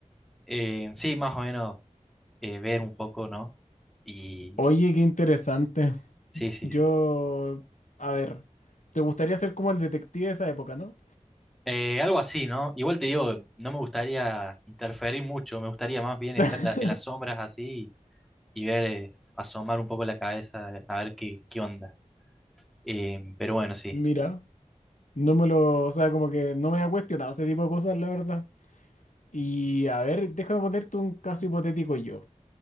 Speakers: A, in the centre; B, on the left.
A: Eh, sí, más o menos eh, ver un poco, ¿no? Y
B: Oye, qué interesante.
A: sí, sí,
B: Yo,
A: sí.
B: a ver, ¿te gustaría ser como el detective de esa época, no?
A: Eh, algo así, ¿no? Igual te digo, no me gustaría interferir mucho, me gustaría más bien estar
B: <laughs>
A: en la- en las sombras así y, y ver, eh, asomar un poco la cabeza, eh, a ver qué, qué onda. Eh, pero bueno, sí.
B: Mira, no me lo, o sea, como que no me ha cuestionado ese tipo de cosas, la verdad. Y a ver, déjame ponerte un caso hipotético yo.